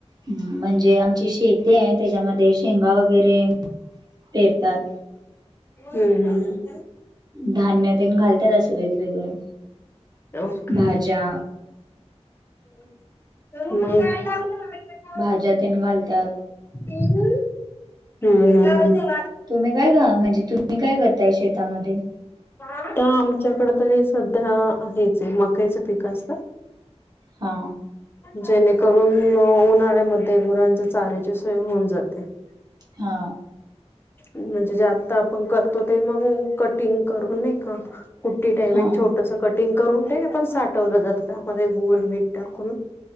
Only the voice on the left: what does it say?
हम्म हम्!
ओके
मग
हम्म हम्म हम्म!
आता आमच्याकडे तरी सध्या हेच ये मक्याच पिक असत.
जेणेकरून उन्हाळ्यामध्ये गुरांच्या चाऱ्याची सोय होऊन जाते. <inaudible>
म्हणजे जे आत्ता आपण करतो ते मग कटिंग करू नाई का कुट्टी टाईप
एक छोटस कटिंग करून ते पण साठवलं जातं त्यामध्ये गुळ मीठ टाकून